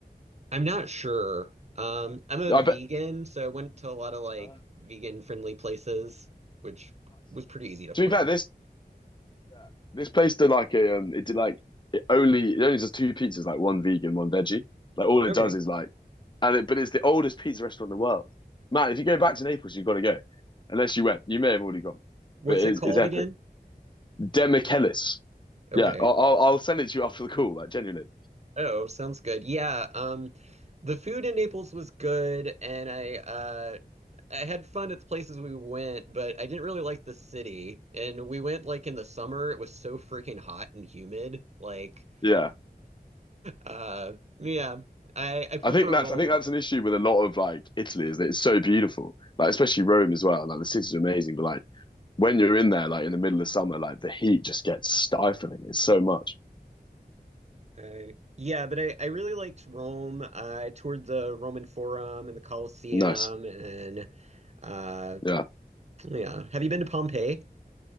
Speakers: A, on the right; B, on the left.
A: I'm not sure. Um, I'm a
B: I
A: vegan,
B: bet.
A: so I went to a lot of like
B: Uh,
A: vegan friendly places, which
B: nice.
A: was pretty easy to
B: To
A: find.
B: be fair, this Yeah, This place did like a, um, it did like it only it only does two pizzas, like one vegan, one veggie. Like all it
A: Okay.
B: does is like, and it but it's the oldest pizza restaurant in the world. Man, if you go back to Naples, you've got to go. Unless you went, you may have already gone,
A: What's
B: but it
A: it
B: is
A: called
B: it's epic.
A: again?
B: Demichelis.
A: Okay.
B: Yeah, I'll I'll send it to you after the call. Like genuinely,
A: Oh, sounds good. Yeah, um the food in Naples was good and I uh I had fun at the places we went, but I didn't really like the city. And we went like in the summer. It was so freaking hot and humid. Like,
B: yeah.
A: uh, yeah, I I prefer
B: I think that's
A: Rome
B: I think
A: and
B: that's
A: Bologna.
B: an issue with a lot of like Italy is that it's so beautiful, like especially Rome as well. Like the city's amazing, but like when you're in there, like in the middle of summer, like the heat just gets stifling. It's so much.
A: Uh, yeah, but I, I really liked Rome. I toured the Roman Forum and the Colosseum,
B: Nice.
A: and uh,
B: Yeah.
A: yeah. Have you been to Pompeii?